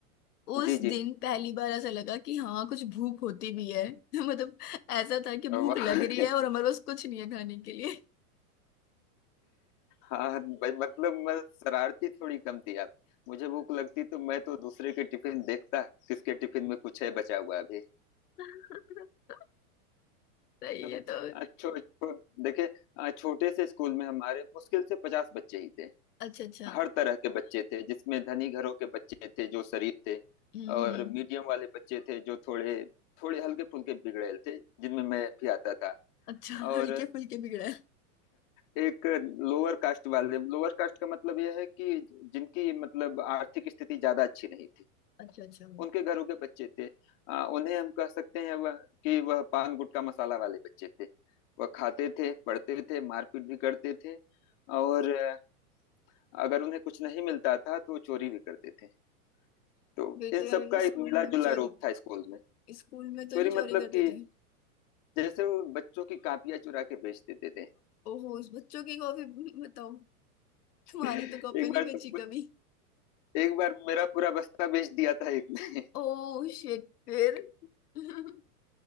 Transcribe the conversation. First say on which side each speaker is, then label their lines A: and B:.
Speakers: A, on the left; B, on the left.
A: उस
B: जी जी
A: दिन पहली बार ऐसा लगा कि हाँ कुछ भूख होती भी है <laughs> मतलब ऐसा था कि भूख
B: वाह
A: लग
B: <laughs>
A: रही है और हमारे पास कुछ नहीं है खाने के लिए
B: हाँ भाई मतलब मैं शरारती थोड़ी कम थी आप मुझे भूख लगती तो मैं तो दूसरे के टिफिन देखता किसके टिफिन में कुछ है बचा हुआ अभी
A: <laughs> सही
B: तो
A: है तो
B: आ, छो, छो, देखिए आ, छोटे से स्कूल में हमारे मुश्किल से पचास बच्चे ही थे
A: अच्छा अच्छा
B: हर तरह के बच्चे थे जिसमें धनी घरों के बच्चे थे जो शरीफ थे
A: हम्म
B: और
A: हम्म,
B: मीडियम वाले बच्चे थे जो थोड़े थोड़े हल्के फुल्के बिगड़ेल थे जिनमें मैं भी आता था
A: अच्छा
B: और
A: हल्के फुल्के बिगड़ा है
B: एक लोअर कास्ट वाले लोअर कास्ट का मतलब यह है कि जिनकी मतलब आर्थिक स्थिति ज्यादा अच्छी नहीं थी
A: अच्छा अच्छा
B: उनके घरों के बच्चे थे आ, उन्हें हम कह सकते हैं वह कि वह पान गुटखा मसाला वाले बच्चे थे वह खाते थे पढ़ते थे मारपीट भी करते थे और अ, अगर उन्हें कुछ नहीं मिलता था तो चोरी भी करते थे तो
A: फिर
B: इन
A: तो यार
B: सब का
A: वो
B: एक
A: स्कूल
B: मिला
A: में भी
B: जुला
A: चोरी
B: रूप था स्कूल में
A: स्कूल में तो
B: चोरी
A: नहीं चोरी
B: मतलब
A: करते
B: कि
A: थे
B: जैसे वो बच्चों की कापियां चुरा के बेच देते थे
A: ओहो उस बच्चों की कॉपी बताओ तुम्हारी
B: <laughs> एक
A: तो कॉपी नहीं
B: बार
A: बेची
B: तो
A: कभी
B: एक बार मेरा पूरा बस्ता बेच दिया था एक ने
A: ओह शिट फिर <laughs>